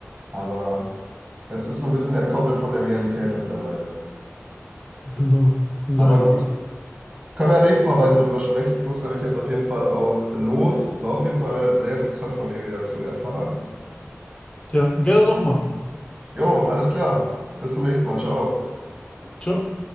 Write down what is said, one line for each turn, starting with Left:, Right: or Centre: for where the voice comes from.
Right: Aber es ist so ein bisschen entkoppelt von der Realität mittlerweile.
Left: Genau. Leider.
Right: Aber gut, können wir ja nächstes Mal weiter drüber sprechen. Ich muss nämlich jetzt auf jeden Fall auch los. War auf jeden Fall sehr interessant von dir wieder zu erfahren.
Left: Ja, gerne nochmal.
Right: Jo, alles klar. Bis zum nächsten Mal. Ciao.
Left: Ciao.